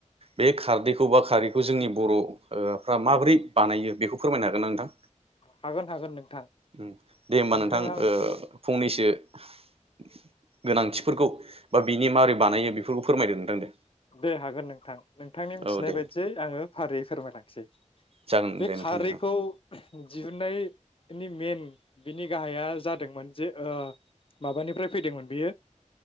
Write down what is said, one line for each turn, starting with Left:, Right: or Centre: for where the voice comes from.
Right: बे खारदै दौबा खारिैखौ जोंनि बर'ओ फ्रा माबोरै बानायो बेखौ फोरमायनो हागोन ना नोंथां?
Left: हागोन हागोन नोंथां
Right: हुम दे होमबा
Left: नोंथाङा
Right: नोंथां ओ फंनैसो <unintelligible> गोनांथिफोरखौ बा बिनि मारै बानायो बेफोरखौ फोरमायदो नोंथां दे
Left: दे हागोन नोंथां नोंथांनि मिथिनाय
Right: औ दे
Left: बायदियै आंङो फारियै फोरमायलांसै
Right: जागोन
Left: बे
Right: दे
Left: खारैखौ
Right: नोंथां दे औ
Left: दिहुनायनि मेन। बिनि गाहाया जादोंमोन जे ओ माबानिफ्राय फैदोंमोन बियो